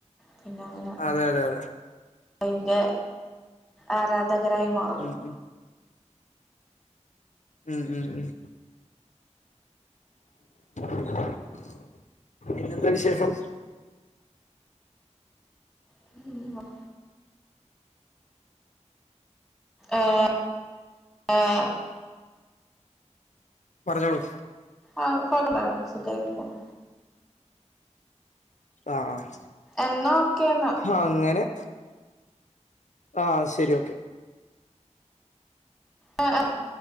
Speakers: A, in the centre; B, on the left.
A: പിന്നെ അങ്ങനെ
B: അതെ അതെ അതെ
A: അയ്ന്റെ ആരാധകരായ് മാറും
B: ഉം ഉം ഉം ഉം ഉ <inaudible> പിന്നെ എന്താ വിശേഷം
A: <unintelligible> ഏഹ് ഏഹ്
B: പറഞ്ഞോളൂ
A: ആഹ് കൊഴപ്പല്ല സുഖായിട്ട് പോവുന്നു
B: ആഹ ആഹ്
A: എന്നാ ഒക്കെ എന്നാ
B: ആഹ് അങ്ങനെ ആഹ് ശരി ഓക്കെ
A: ആ അ് <unintelligible>